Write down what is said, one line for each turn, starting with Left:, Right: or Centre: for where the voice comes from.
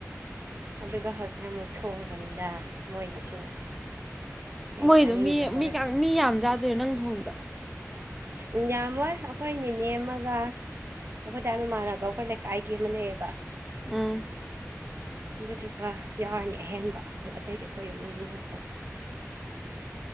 Right: ꯑꯗꯨꯒ ꯍꯧꯖꯤꯛ ꯑꯃꯨꯛ ꯊꯣꯡꯕꯅꯤꯗ ꯃꯣꯏꯒꯤꯁꯤꯅ ꯑꯩ
Centre: ꯃꯣꯏꯗꯣ
Right: ꯆꯥꯅꯤꯡꯗ꯭ꯔꯦ
Centre: ꯃꯤ
Right: ꯍꯣꯔꯦꯟ
Centre: ꯃꯤ ꯃꯤ ꯌꯥꯝ ꯆꯥꯗꯨꯏꯔꯣ ꯅꯪ ꯊꯣꯡꯗꯣ
Right: ꯑꯨꯝ ꯌꯥꯝꯃꯣꯏ ꯑꯩꯈꯣꯏ ꯅꯅꯤꯅꯦ ꯑꯃꯒ ꯑꯩꯈꯣꯏ ꯗꯥ ꯃꯃꯥꯟꯅꯕ ꯑꯩꯈꯣꯏ ꯂꯩꯀꯥꯏꯒꯤ ꯑꯃ ꯂꯩꯌꯦꯕ
Centre: ꯎꯝ
Right: ꯑꯗꯨꯗꯨꯒ ꯌꯥꯎꯔꯅꯤ ꯑꯍꯦꯟꯕ ꯑꯗꯨ ꯑꯇꯩꯗꯤ ꯑꯩꯈꯣꯏ ꯏꯃꯨꯡꯅꯤ ꯃꯤ ꯉꯥꯛꯇꯅꯤ